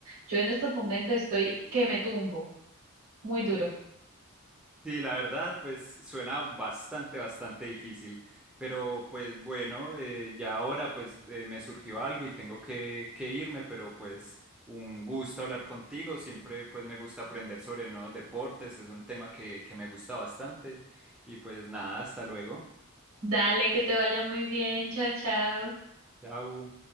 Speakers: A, on the right; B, in the centre.
A: Yo en estos momentos estoy que me tumbo, muy duro.
B: Sí, la verdad, pues suena bastante, bastante difícil, pero pues bueno, eh, ya ahora pues eh, me surgió algo y tengo que, que irme, pero pues un gusto hablar contigo, siempre pues me gusta aprender sobre nuevos deportes, es un tema que, que me gusta bastante y pues nada, hasta luego.
A: Dale, que te vaya muy bien, chao, chao.
B: Chao.